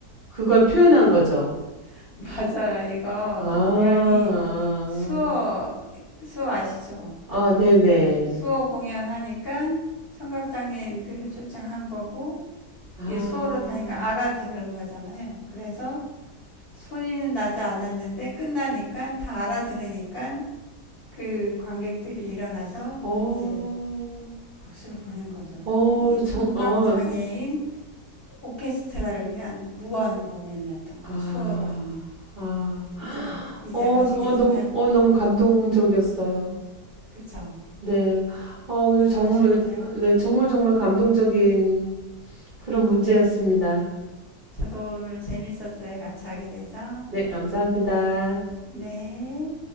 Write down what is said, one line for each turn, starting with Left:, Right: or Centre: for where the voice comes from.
Right: 그걸 표현한 거죠.
Left: <laughs> 맞아요. 이거
Right: 아,
Left: 공연이
Right: 아,
Left: 수어 수어 아시죠?
Right: 아, 아, 네네.
Left: 수어 공연하니까 청각장애인들 초청한 거고
Right: 아,
Left: 이게 수어로 다니까 알아들은 거잖아요. 그래서 소리는 나지 않았는데 끝나니까 다 알아들으니까 그 관객들이 일어나서
Right: 어,
Left: 이제 박수를 보낸 거죠.
Right: 어,
Left: 이게 청각장애인
Right: 정, 어,
Left: 오케스트라를 위한 무언 공연이었던 거예요.
Right: 아,
Left: 수어로 하는.
Right: 아,
Left: 이제, 이제
Right: 어,
Left: 아시겠어요?
Right: 어, 너무, 어, 너무 감동적이었어요.
Left: 그쵸?
Right: 네, 어, 오늘
Left: 잘하시는데요?
Right: 정말, 네, 정말 정말 감동적인 그런 문제였습니다.
Left: 네. 저도 오늘 재밌었어요. 같이 하게 돼서.
Right: 네, 감사합니다.
Left: 네.